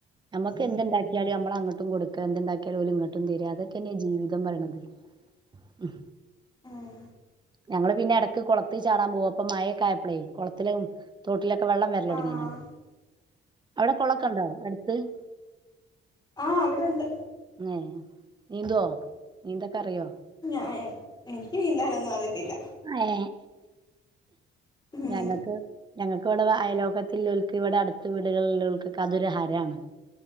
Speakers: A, on the right (about 20°); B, on the left (about 20°).
A: നമ്മക്ക് ക്കെന്തുണ്ടാക്കിയാലും നമ്മള അങ്ങട്ടും കൊടുക്കാ എന്തുണ്ടാക്കിയാലും ഓലും ഇങ്ങട്ടും തെരാ അതൊക്കെന്നെ ജീവിതംന്ന് പറയണത് ഹും
B: ഉം
A: ഞങ്ങള് പിന്നെ എടക്ക് കൊളത്തി ചാടാൻ പോകും അപ്പ മഴൊക്കായപ്പളേ കുളത്തിലും തോട്ടിലൊ ക്കെ വെള്ളം വെര്ലൊടങ്ങീണല്ലോ
B: ആഹ്
A: അവിടെ കുളക്കണ്ടോ അടുത്ത് <inaudible>
B: ആ അവിടെണ്ട്
A: മ്മ് നീന്തോ നീന്തൊക്കെ അറിയോ
B: ഞാ എൻ എനിക്ക് നീന്താനൊന്നും അറിയത്തില്ല
A: ഏ
B: ഉം
A: ഞങ്ങക്ക് ഞങ്ങക്ക്വടെ വെ അയലോകത്തില്ലോൽക്ക് ഇവിടെ അടുത്ത വീടുകളില്ലോൽക്ക്തൊരു ഹരാണ്